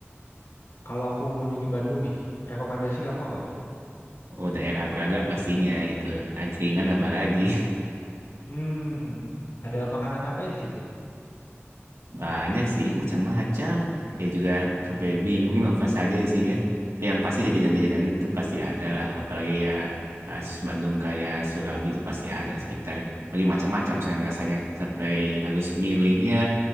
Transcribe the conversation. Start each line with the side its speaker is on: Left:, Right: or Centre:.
Left: kalau aku ngunjungin Bandung nih, rekomendasi kamu apa nih?
Right: Oh, daerah Braga pastinya itu. Angkringan apalagi.
Left: Hmm, ada makanan apa ya di situ?
Right: Banyak sih, macam-macam. Ya juga sampai bingung <laughs> apa saja isinya. Tapi yang pasti jajanan-jajanan itu pasti ada lah. Apalagi ya khas Bandung kayak Surabi itu pasti ada sekitar. Apalagi macam-macam sekarang rasanya. Sampai harus milihnya